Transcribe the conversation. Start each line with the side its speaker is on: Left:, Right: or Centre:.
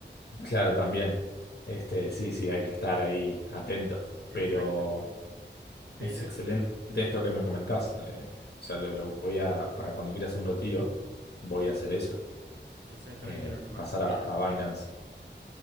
Left: <laughs> claro, también. Este, sí, sí, hay que estar ahí atento.
Right: Exacto.
Left: Pero
Right: Pero
Left: es excelente esto que me comentás. eh, o sea, lo, lo voy a, para cuando quieras un retiro, voy a hacer eso.
Right: exactamente
Left: eh,
Right: lo que más
Left: pasar
Right: conviene.
Left: a, a Binance.